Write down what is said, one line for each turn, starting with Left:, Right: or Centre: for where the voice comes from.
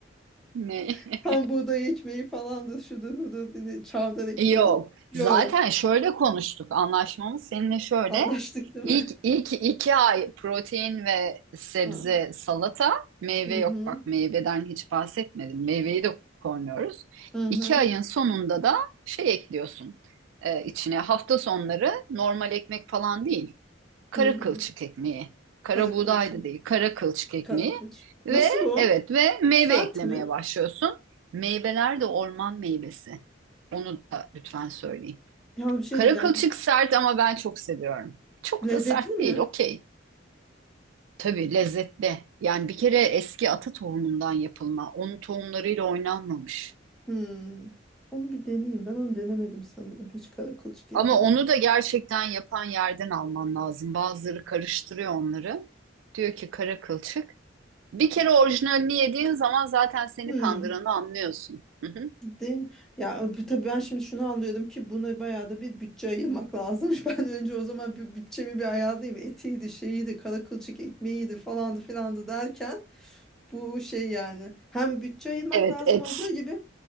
Right: Ne?
Centre: <laughs>
Right: <laughs>
Centre: tam buğday ekmeği falandır şudur budur ne- çavdar ekmeği
Right: Yok.
Centre: yok
Right: Zaten şöyle konuştuk. Anlaşmamız seninle şöyle.
Centre: anlaştık değil
Right: İlk,
Centre: mi? <laughs>
Right: ilk iki ay protein ve sebze
Centre: Ha.
Right: salata. Meyve
Centre: Hı hı
Right: yok bak meyveden hiç bahsetmedim. Meyveyi de koymuyoruz.
Centre: hı hı
Right: İki ayın sonunda da şey ekliyorsun e, içine. Hafta sonları normal ekmek falan değil. kara
Centre: hı hı
Right: kılçık ekmeği. Kara
Centre: kara
Right: buğday
Centre: kılçım
Right: da değil, kara kılçık ekmeği.
Centre: kara kılçım.
Right: Ve
Centre: Nasıl o?
Right: evet ve meyve
Centre: Sert
Right: eklemeye
Centre: mi?
Right: başlıyorsun. Meyveler de orman meyvesi. Onu da lütfen söyleyin.
Centre: Yalnız bir şey
Right: Kara
Centre: diyeceğim
Right: kılçık
Centre: bu
Right: sert ama ben çok seviyorum. Çok
Centre: lezzetli
Right: da sert
Centre: mi?
Right: değil, okey. Tabii lezzetli. Yani bir kere eski ata tohumundan yapılma. Onun tohumlarıyla oynanmamış.
Centre: Hmm. Onu bir deneyeyim ben onu denemedim sanırım hiç kara kılçık ekmeğini.
Right: Ama onu da gerçekten yapan yerden alman lazım. Bazıları karıştırıyor onları. Diyor ki kara kılçık. Bir kere orijinalini yediğin zaman zaten seni
Centre: Hmm.
Right: kandıranı anlıyorsun. Hı hı.
Centre: Değil mi? Ya bu- tabii ben şimdi şunu anlıyorum ki buna bayağı da bir bütçe ayırmak lazımmış. <laughs> Ben önce o zaman bir bütçemi bir ayarlayayım. Etiydi, şeyiydi, kara kılçık ekmeğiydi falandı filandı derken bu şey yani hem bütçe ayırmak
Right: Evet,
Centre: lazım
Right: et
Centre: olduğu gibi